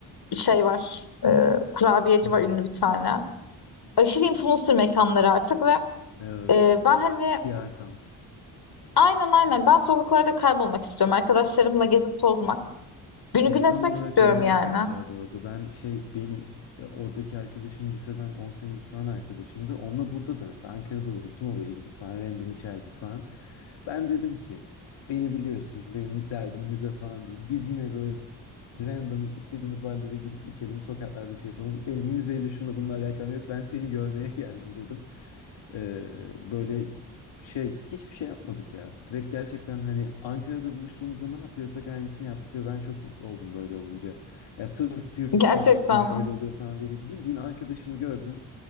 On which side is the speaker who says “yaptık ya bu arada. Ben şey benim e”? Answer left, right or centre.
Left